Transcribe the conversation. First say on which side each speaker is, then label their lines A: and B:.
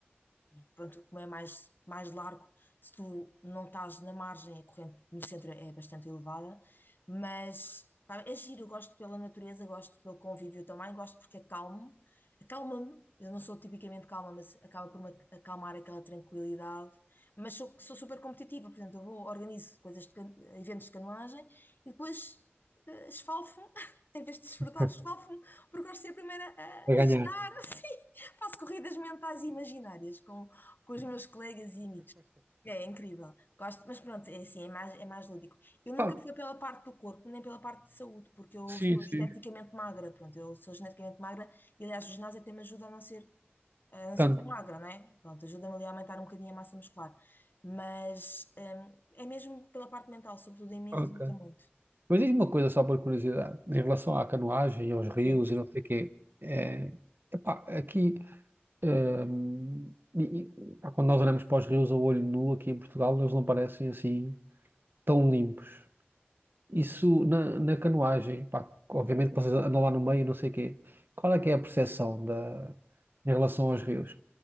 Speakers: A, on the left (about 50°); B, on the right (about 55°).
A: e pronto, como é mais, mais largo, se tu não estás na margem, a corrente no centro é bastante elevada. Mas pá, é giro, eu gosto pela natureza, gosto pelo convívio também, gosto porque é calmo. Acalma-me. Eu não sou tipicamente calma, mas acaba por me ac- acalmar aquela tranquilidade. Mas sou, sou super competitiva, por exemplo, eu vou, organizo coisas de, can- eventos de canoagem e depois eh, esfalfo, <laughs> em vez de desfrutar,
B: <laughs>
A: esfalfo-me, porque gosto de ser a primeira a
B: a
A: a
B: ganhar.
A: estar assim. <laughs> Faço corridas mentais e imaginárias com, com os meus colegas e amigos. É incrível, gosto, mas pronto, é assim, é mais, é mais lúdico. Eu nunca
B: Ah,
A: fui pela parte do corpo, nem pela parte de saúde, porque eu
B: sim,
A: sou
B: sim.
A: geneticamente magra, pronto, eu sou geneticamente magra e aliás o ginásio até me ajuda a não ser, a não ser
B: Tanto.
A: tão magra, não é? Pronto, ajuda-me ali a aumentar um bocadinho a massa muscular, mas hum, é mesmo pela parte mental, sobretudo em mim
B: Ok.
A: resulta muito.
B: Mas diz-me uma coisa só por curiosidade, em relação à canoagem, aos rios
A: Sim.
B: e não sei o quê. É, epá, aqui, hum, e- e, pá, quando nós olhamos para os rios a olho nu aqui em Portugal, eles não parecem assim tão limpos. Isso na, na canoagem, pá, obviamente vocês andam lá no meio, não sei o quê. Qual é que é a percepção da, em relação aos rios?